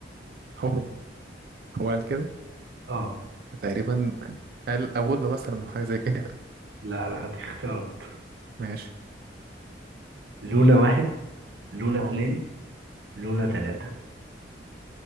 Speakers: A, on the right; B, on the right.
A: هو هو قال كده
B: اه
A: تقريبا قال أبولو مثلا أو حاجة زي كده
B: لا لا هدي اختيارات
A: <laughs> ماشي
B: لولا واحد لولا
A: اه
B: اتنين لولا تلاتة